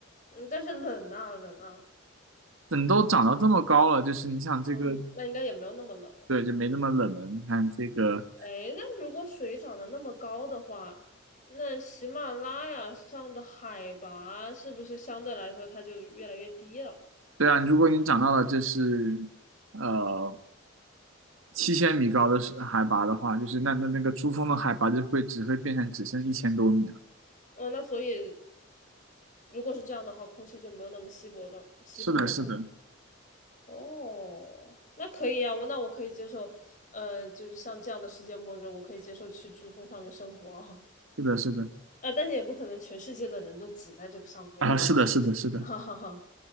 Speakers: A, on the left; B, on the right.
A: 嗯，但是冷啊冷啊，
B: <laughs> 等都长到这么高了，就是你想这个，
A: 啊，那应该也没有那么冷了。
B: 对，就没这么冷了。你看这个，
A: 哎，那如果水涨得那么高的话，那喜马拉雅上的海拔是不是相对来说它就越来越低了？
B: 对啊，如果你长到了这是呃七千米高的是海拔的话，就是那那那个珠峰的海拔就会只会变成只剩一千多米了。
A: 哦，那所以如果是这样的话，空气就没有那么稀薄的稀薄了吗？
B: 是的，是的，
A: 哦，那可以啊，我那我可以接受，呃，就是像这样的世界末日，我可以接受去珠峰上面生活
B: 是的，是的，
A: 啊，啊但是也不可能全世界的人都挤在这个上面吧，
B: 啊，是的，是的，是的。
A: <laughs> 哈哈哈，